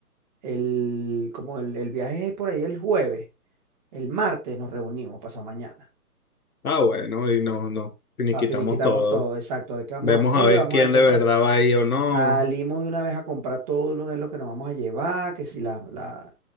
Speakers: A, on the right (about 30°); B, on the left (about 65°).
A: el, como el, el viaje es por ahí el jueves, el martes nos reunimos, pasado mañana.
B: Ah, bueno, y nos, nos
A: Para
B: quitamos
A: finiquitamos
B: todo.
A: todo, exacto. A ver qué vamos
B: Vemos
A: a hacer,
B: a ver
A: vamos
B: quién
A: a comprar.
B: de verdad va ahí o no.
A: Salimos de una vez a comprar todo lo que es lo que nos vamos a llevar, que si la, la,